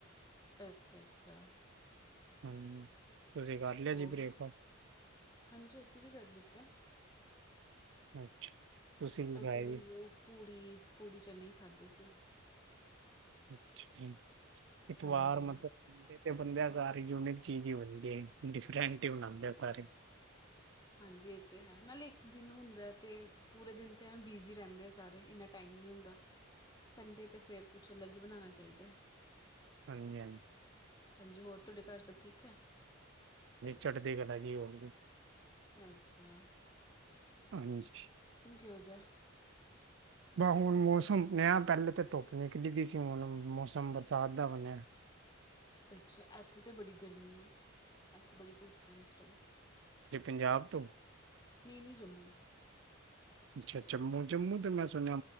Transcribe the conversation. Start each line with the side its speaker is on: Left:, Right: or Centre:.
Left: ਅੱਛਾ ਅੱਛਾ
Right: ਹਮ ਤੁਸੀਂ ਕਰ ਲਿਆ
Left: ਹੋਰ
Right: ਜੀ ਬ੍ਰੇਕਫਾਸਟ
Left: ਹਾਂਜੀ ਅਸੀਂ ਵੀ ਕਰ ਲਿੱਤਾ
Right: ਅੱਛਾ ਤੁਸੀਂ ਕੀ
Left: ਅਸੀਂ
Right: ਖਾਇਆ
Left: ਵੀ
Right: ਜੀ?
Left: ਉਹ ਪੂੜੀ ਪੂੜੀ ਚਨੇ ਖਾਧੇ ਸੀ
Right: ਅੱਛਾ ਜੀ ਇੱਤਵਾਰ
Left: ਹਾਂਜੀ
Right: ਮਤਲਬ ਦੇ ਤੇ ਬੰਦਿਆਂਕਾਰ ਯੂਨਿਕ ਚੀਜ਼ ਹੀ ਵਣਦੀ ਡਿਫਰੈਂਟਉਣਾਦੇਪਾਰੇ
Left: ਹਾਂਜੀ ਇਹ ਤੇ ਹੈ ਨਾਲੇ ਇੱਕ ਦਿਨ ਹੁੰਦਾ ਤੇ ਪੂਰੇ ਦਿਨ ਤੇ ਐਵੇਂ ਬਿਜ਼ੀ ਰਹਿੰਦੇ ਆ ਸਾਰੇ ਇੰਨਾ ਟਾਈਮ ਨੀ ਹੁੰਦਾ ਸੰਡੇ ਤੇ ਫਿਰ ਕੁਛ ਅਲੱਗ ਹੀ ਬਣਾਉਣਾ ਚਾਹੀਦਾ ਹੈ
Right: ਹਾਂਜੀ -ਹਾਂਜੀ
Left: ਹਾਂਜੀ ਹੋਰ ਤੁਹਾਡੇ ਘਰ ਸਭ ਠੀਕ ਹੈ
Right: ਚੜਦੀ ਕਲਾ ਜੀ ਹੋਰ
Left: ਅੱਛਾ
Right: ਹਾਂਜੀ
Left: ਕਿਉਂ ਜ
Right: ਬ ਹੁਣ ਮੌਸਮ ਨਯਾ ਪਹਿਲੇ ਤਾਂ ਧੁੱਪ ਨਿਕਲੀ ਗੀ ਸੀ ਹੁਣ ਮੌਸਮ ਬਰਸਾਤ ਦਾ ਬਣਿਆ
Left: ਅੱਛਾ ਇੱਥੇ ਤਾਂ ਬੜੀ ਗਰਮੀ ਹੈ ਇੱਥੇ ਬੜੀ ਧੂੱਪ ਹੈ ਇਸ ਟਾਈਮ
Right: ਜ ਪੰਜਾਬ ਤੋਂ
Left: ਨਹੀਂ -ਨਹੀ ਜੰਮੂ
Right: ਅੱਛਾ ਜੰਮੂ -ਜੰਮੂ ਤੇ ਮੈਂ ਸੁਣਿਆ